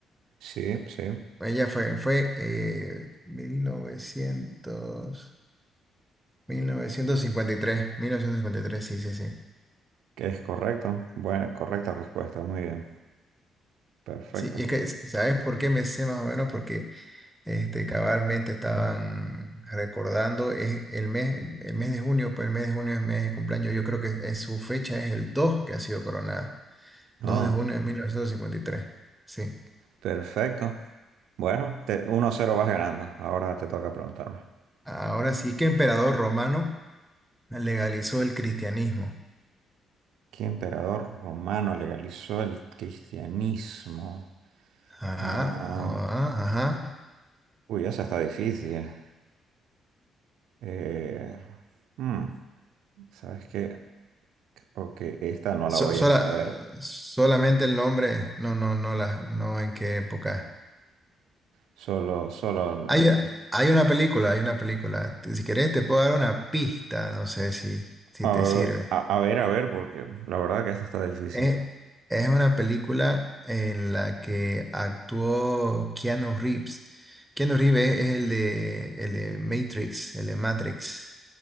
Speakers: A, on the right; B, in the centre.
A: sí, sí,
B: Ella fue, fue eh, mil novecientos, mil novecientos cincuenta y tres. mil novecientos cincuenta y tres, sí, sí, sí.
A: que es correcto. Buena, correcta respuesta, muy bien. Perfecto.
B: Sí, y es que, ¿sabes por qué me sé más o menos? Porque este, cabalmente estaban recordando, es el mes, el mes de junio, pues el mes de junio es el mes de cumpleaños, yo creo que es, su fecha es el 2 que ha sido coronada,
A: No,
B: 2 de junio de 1953. sí.
A: perfecto. Bueno, te- 1-0 vas ganando. Ahora te toca preguntarme.
B: Ahora sí que emperador romano legalizó el cristianismo.
A: ¿Qué emperador romano legalizó el cristianismo?
B: Ajá,
A: Ah,
B: ajá, ajá.
A: uy, esa está difícil. Eh, hmm, ¿sabes qué? Ok, esta no
B: So-
A: la voy
B: sola-
A: a saber.
B: solamente el nombre, no, no, no, la, no en qué época.
A: Solo, solo el...
B: Hay, hay una película, hay una película. Si querés te puedo dar una pista, no sé si, si
A: A,
B: te sirve.
A: a- a ver, a ver, porque la verdad que esta está difícil.
B: Es, es una película en la que actuó Keanu Reeves. Keanu Reeves es el de, el de Matrix, el de Matrix.